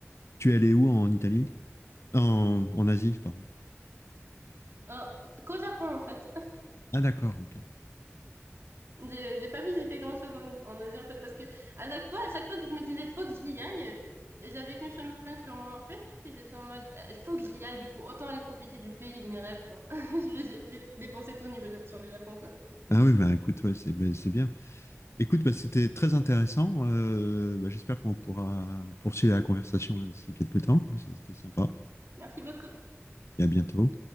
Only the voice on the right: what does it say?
Euh, qu'au Japon, en fait.
J'ai j'ai pas visité grand-chose en, en Asie en fait parce que à chaque fois, à chaque fois que je me disais faut que j'y aille, j'avais qu'une semaine sur moi en fait et j'étais en mode euh, faut que j'y aille du coup autant aller profiter du pays de mes rêves quoi. <laughs> Je- J'ai j'ai dépensé tout au niveau de- sur le Japon quoi.
Merci beaucoup.